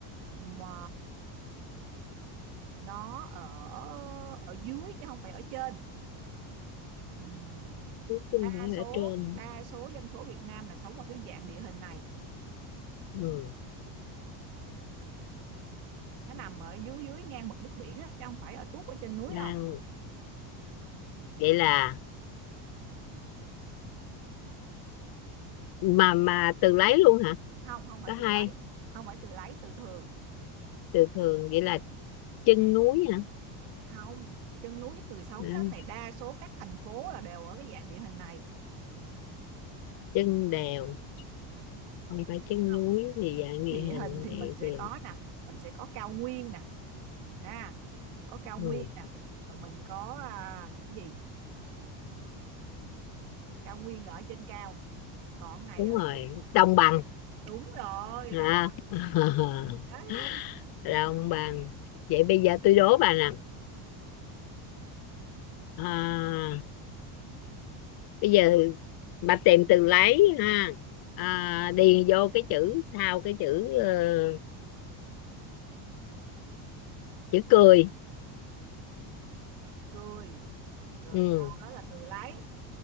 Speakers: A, on the right; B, on the left.
A: mà nó ở ở dưới chứ không phải ở trên. Ừm.
B: tôi
A: Đa
B: phải
A: số
B: ở trên
A: đa số dân số Việt Nam là sống ở cái dạng địa hình này
B: ừ
A: nó nằm ở dưới dưới ngang mực nước biển á chứ không phải ở tuốt ở trên núi
B: đang
A: đâu
B: vậy là mà mà từ lấy luôn hả
A: không không phải
B: có hai
A: từ lấy không phải từ lấy từ thường
B: từ thường vậy là chân núi hả
A: không chân núi ít người sống
B: đó,
A: lắm này đa số các thành phố là đều ở cái dạng địa hình này
B: chân đèo không phải chân
A: không
B: núi thì dạng địa
A: địa
B: hình
A: hình thì
B: này
A: mình sẽ
B: thì
A: có nè mình sẽ có cao nguyên nè à mình có cao
B: ừ,
A: nguyên nè rồi mình có à, cái gì cao nguyên là ở trên cao còn này
B: đúng
A: ở
B: rồi
A: dưới
B: đồng bằng
A: đúng rồi
B: à,
A: đồng
B: <laughs>
A: đấy
B: đồng bằng vậy bây giờ tôi đố bà nè à, bây giờ bà tìm từ lấy ha à, điền vô cái chữ sau cái chữ ờ, chữ cười
A: cười rồi
B: ừ
A: sau đó là từ lấy